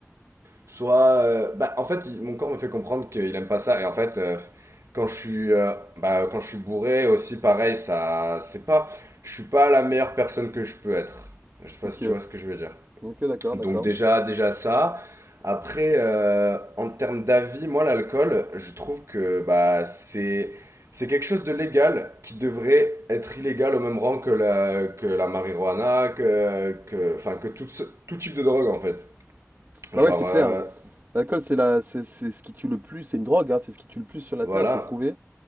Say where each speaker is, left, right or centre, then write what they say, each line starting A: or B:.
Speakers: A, on the right; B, on the right.
A: Soit, euh, bah, en fait, il- mon corps me fait comprendre qu'il aime pas ça. Et en fait, euh, quand je suis, euh, bah, quand je suis bourré aussi, pareil, ça, c'est pas, je suis pas la meilleure personne que je peux être. Je sais pas
B: Ok.
A: si tu vois ce que je veux dire.
B: Ok, d'accord,
A: Donc
B: d'accord.
A: déjà, déjà ça. Après, euh, en termes d'avis, moi, l'alcool, je trouve que bah c'est, c'est quelque chose de légal qui devrait être illégal au même rang que la, que la marijuana, que, que, enfin, que tout, ce- tout type de drogue en fait.
B: Bah
A: Genre,
B: ouais, c'est clair.
A: euh,
B: hein. L'alcool, c'est la, c'est c'est ce qui tue le plus. C'est une drogue, hein, c'est ce qui tue le plus sur la
A: voilà.
B: terre, c'est prouvé.